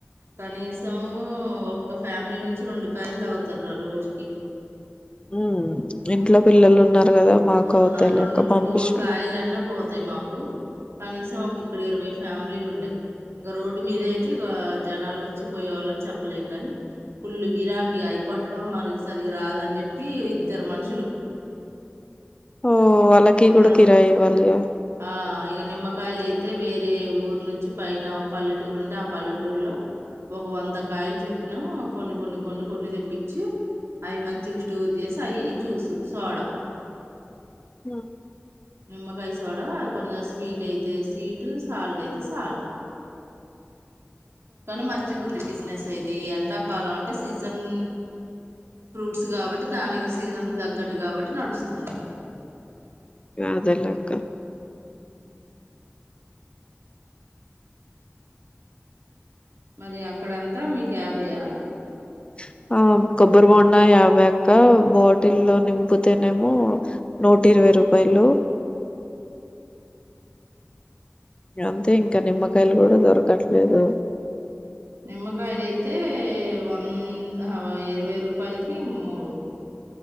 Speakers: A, on the right; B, on the left.
A: కనీసం ఒక్క ఫ్యామిలీ నుంచి రెండ్ రెండు కాయలు తగుతారు రా రోజీకి
B: ఉమ్ ఇంట్లో పిల్లలు ఉన్నారు కదా మాకు
A: ఆ
B: అవుతాయి
A: రెండు
B: లేక పంపించండి
A: మూడు కాయలన్నా పోతాయి మాకు కనీసం ఒక ఇక్కడ ఇరవై ఫ్యామిలీలు ఉన్నాయి ఇంకా రోడ్డు మీద అయితే ఇగా జనాలు వచ్చిపోయవాళ్ళని చెప్పలేము గాని పుల్లు గిరాకి అయి కొట్టడం మరి సరికి రాదని చెప్పి ఇద్దరు మనుషులు
B: <inaudible> ఓ వాళ్ళకి
A: కొబ్బ్రమా
B: కూడా కిరాయి ఇవ్వాలిగా
A: ఆ ఇగా నిమ్మకాయలైతే అయితే వేరే ఊరు నుంచి పైన ఒక పల్లెటూరు ఉంటే ఆ పల్లెటూరులో ఒక వంద కాయలు చెప్పినాము కొన్ని కొన్ని కొన్ని కొన్ని తెప్పించి అవి మంచిగా స్టోర్ చేసి అవి జ్యూసు సోడా
B: ఆహా
A: నిమ్మకాయ సోడా కొంచెం స్వీట్ అయితే స్వీట్ సాల్ట్ అయితే సాల్ట్
B: <inaudible>
A: కానీ మంచిగా ఉంది బిజినెస్ అయితే ఈ ఎండాకాలం అంటే సీజన్ ఫ్రూట్స్ కాబట్టి దానికి సీజన్స్ తగ్గట్టు కాబట్టి నడుస్తుంది
B: యదేలే అక్క
A: ఉ మరి అక్కడ ఎంత మీకు యాబేయా
B: <inaudible> ఆ కొబ్బరి బొండా యాభై అక్క బాటిల్ లో నింపితేనేమో నూట ఇరవై యాబై రూపాయలు అంతే ఇంకా నిమ్మకాయలు కూడా దొరకట్లేదు
A: నిమ్మకాయలు అయితే వంద ఇరవై రూపాయలకి మూడు